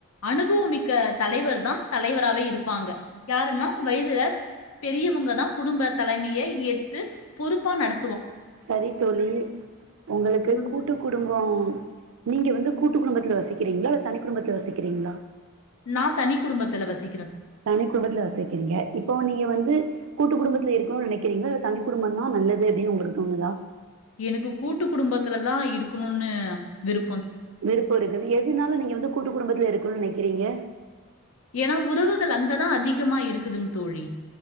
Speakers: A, on the left; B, on the right.
A: அனுபவமிக்க தலைவர் தா தலைவராவே இருப்பாங்க யாருன்னா வயதுல பெரியவங்க தா குடும்ப தலைமைய ஏத்து பொறுப்பா நட
B: சரித்தொழி உங்களுக்கு
A: சொல்லுங்க.
B: கூட்டு குடும்போ நீங்க வந்து கூட்டு குடும்பத்ல வசிக்கிறிங்ளா இல்ல தனி குடும்பத்ல வசிக்கிறிங்ளா
A: நா தனி குடும்பத்துல வசி
B: தனி குடும்பத்ல வசிக்கிறிங்க இப்போ நீங்க வந்து கூட்டு குடும்ப இருக்கணு நெனைக்கிறீங்ளா இல்ல தனி குடும்பந்தா நல்லது அப்டின் உங்ளுக்கு தோணுதா
A: எனுக்கு கூட்டு குடும்பத்துல தா இருக்கணுன்னு விரு
B: விருப்போ இருக்குது எதுனால நீங்க வந்து கூட்டு குடும்பத்துல இருக்கணுன் நென க்கிறீங்க
A: ஏனா உறவுகள் அங்கதா அதிகமா இருக்குதுங் தோழி